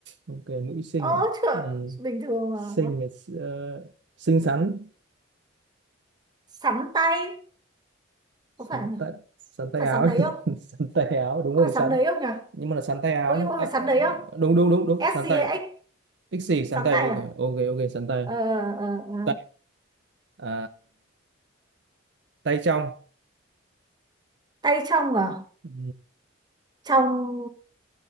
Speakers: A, on the right; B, on the right.
A: ok mũi xinh
B: ơ
A: này
B: trời
A: ừ.
B: bình thường mà
A: xinh này ờ, xinh xắn
B: sắn tay
A: sắn
B: có phải không
A: tay sắn tay
B: phải
A: áo
B: sóng đấy không
A: <laughs> sắn tay áo đúng
B: có
A: rồi
B: phải
A: sắn
B: sóng đấy không nhỉ
A: nhưng mà là sắn tay áo
B: ôi
A: nhá
B: nhưng mà phải
A: à, à,
B: sóng đấy không
A: đúng đúng đúng đúng
B: ét
A: sắn
B: xê
A: tay
B: hay X
A: pixie sắn
B: sóng
A: tay
B: tay
A: ok
B: à
A: ok ok sắn tay
B: ờ, ờ, ờ.
A: tay à, tay trong
B: tay trong à
A: ừ.
B: trong